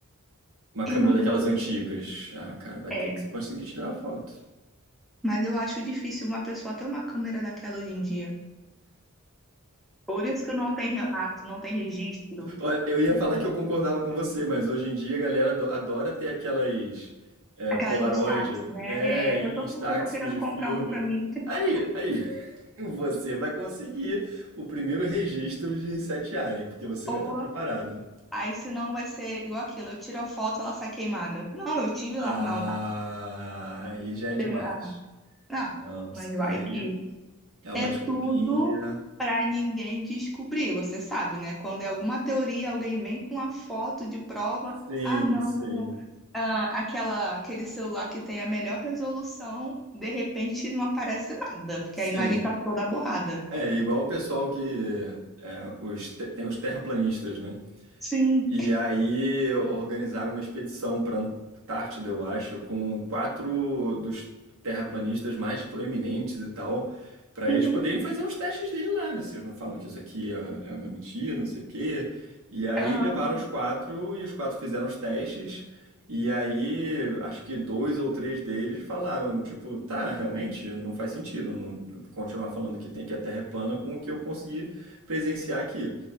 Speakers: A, on the right; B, in the centre.
A: Uma câmera
B: É uma
A: daquelas
B: boa pergunta.
A: antigas. Ah, cara, vai ter
B: É,
A: que conseguir tirar a foto.
B: mas eu acho difícil uma pessoa ter uma câmera daquela hoje em dia. Por isso que não tem relato, não tem registro,
A: Olha, eu ia falar que eu concordava com você, mas hoje em dia a galera ado- adora ter aquelas é,
B: aquelas
A: Polaroid,
B: Instax, né?
A: é,
B: É, eu tô,
A: Instax
B: eu tô querendo
A: de
B: comprar
A: filme.
B: uma pra mim. <laughs>
A: Aí, aí. Você vai conseguir o primeiro registro de Sete Alien, porque você
B: Ou
A: vai estar preparado.
B: Aí senão vai ser igual aquilo, eu tiro a foto, ela sai queimada. Não, eu tive
A: Ah,
B: lá, não, tá?
A: aí já é demais.
B: Será? Ah,
A: Não, isso
B: mas vai
A: daí
B: que
A: é uma
B: é
A: desculpinha.
B: tudo pra ninguém descobrir, você sabe, né? Quando é alguma teoria, alguém vem com a foto de prova,
A: Sim,
B: ah, não,
A: sim,
B: ah, aquela, aquele celular que tem a melhor resolução, de repente não aparece nada, porque
A: sim.
B: a imagem tá toda borrada.
A: É igual o pessoal que é, os te- tem os terraplanistas, né?
B: Sim.
A: E aí organizaram uma expedição para Antártida, eu acho, com quatro dos terraplanistas mais proeminentes e tal, para
B: Uhum.
A: eles poderem fazer os testes dele lá, né? Vocês não falam que isso aqui é, é uma mentira, não sei o quê. E aí
B: Aham,
A: levaram os quatro e os quatro fizeram os testes. E aí, acho que dois ou três deles falaram, tipo, tá, realmente, não faz sentido não- continuar falando que tem que a Terra é plana com o que eu consegui presenciar aqui.